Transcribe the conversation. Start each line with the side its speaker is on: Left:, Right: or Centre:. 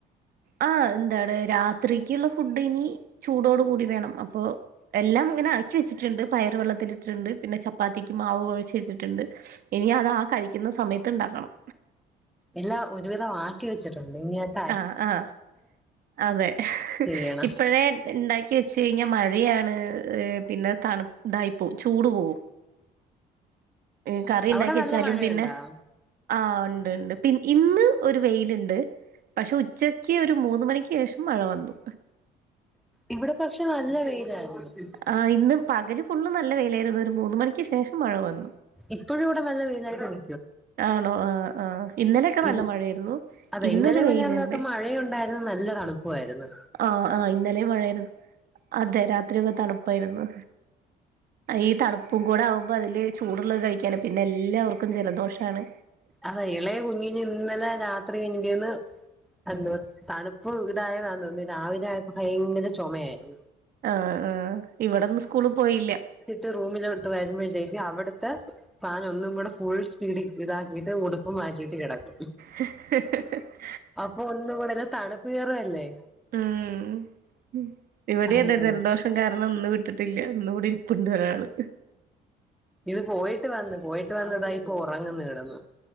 Right: ആഹ് എന്താണ് രാത്രിയ്ക്കുള്ള ഫുഡ് ഇനി ചൂടോട് കൂടി വേണം അപ്പൊ എല്ലാം ഇങ്ങനെ ആക്കി വെച്ചിട്ടുണ്ട് പയറ് വെള്ളത്തില് ട്ടിട്ട്ണ്ട് പിന്നെ ചപ്പാത്തിക്ക് മാവ് കുഴച്ച് വച്ചിട്ടുണ്ട് ഇനി അത് ആ കഴിക്കുന്ന സമയത്ത് ഇണ്ടാക്കണം
Centre: എല്ലാം ഒരുവിധം ആക്കി വെച്ചിട്ടുണ്ട് ഇനി അത്
Right: ആഹ് ആഹ് അതെ
Centre: ചെയ്യണം
Right: ഇപ്പഴേ ഇണ്ടാക്കി വെച്ച് കഴിഞ്ഞാ മഴയാണ് ഏഹ് പിന്നെ തണുപ് ഇതായിപ്പോകും ചൂട് പോകും ഏഹ് കറി ഇണ്ടാക്കി
Centre: അവിടെ
Right: വെച്ചാലും
Centre: നല്ല മഴയുണ്ടോ
Right: പിന്നെ ആഹ് ഉണ്ട് ഇണ്ട് പി ഇന്ന് ഒരു വെയില്ണ്ട് പക്ഷെ ഉച്ചക് യ്ക്ക്‌ ഒരു മൂന്ന് മണിക്ക് ശേഷം മഴ വന്നു
Centre: ഇവിടെ പക്ഷെ നല്ല വെയിലായിരുന്നു
Right: ആഹ് ഇന്ന് പകല് ഫുള്ള് നല്ല വെയിലാരുന്നു ഒരു മൂന്ന് മണിക്ക് ശേഷം മഴ വന്നു
Centre: ഇപ്പൊഴും ഇവിടെ നല്ല വെയിലായിട്ടും
Right: ആണോ ആഹ് ആഹ് ഇന്നലെയൊക്കെ നല്ല
Centre: ഇൻ
Right: മഴയായിരുന്നു
Centre: അതെ
Right: ഇന്നൊരു
Centre: ഇന്നലെ
Right: വെയിലുണ്ട്
Centre: പിന്നെ അന്നൊക്കെ മഴയുണ്ടാര് ന്ന് നല്ല തണുപ്പുവാര്ന്ന്
Right: ആഹ് ആഹ് ഇന്നലേം മഴേര്ന്ന് അതെ രാത്രി ഒക്കെ തണുപ് പ്പാരുന്നു ഈ തണുപ്പും കൂടെ ആവുമ്പോ അതില് ചൂടുള്ളത് കഴിക്കാന് പിന്നെ എല്ലാവർക്കും ജലദോഷാണ്
Centre: അതേ ഇളയ കുഞ്ഞിന് ഇന്നലെ രാത്രി എനിക്ക്‌ തോന്നുന്നു - എന്തുവാ തണുപ്പ് ഇതായകാരണം പിന്നെ രാവിലെ ആയപ്പം ഭയങ്കര ചൊമയാരുന്നു
Right: ആഹ് ആഹ് ഇവിടെന്ന് സ്കൂളി പോയില്ല
Centre: ട്ട് റൂമിലോട്ട് വരുമ്പഴത്തേയ്ക്കും അവിടുത്തെ ഫാൻ ഒന്നും കൂടെ ഫുൾ സ്പീഡി ഇതാക്കിട്ട് - വീണ്ടും ഉടുപ്പ് മാറ്റിട്ട് കെടക്കും
Right: <unintelligible>
Centre: അപ്പൊ ഒന്നും കൂടെയില്ലേ തണുപ്പ് കേറുവല്ലേ
Right: ആഹ് ഉം ഇവിടെ
Centre: അങ്ങനെ
Right: അതാ ജലദോഷം കാരണം ഇന്ന് വിട്ടിട്ടില്ല ഇന്ന് ഇവിടെ ഇരിപ്പുണ്ട് ഒരാള്
Centre: ഇത് പോയിട്ട് വന്ന് പോയിട്ട് വന്നതായിപ്പോ ഒറങ്ങുന്ന് കെടന്ന്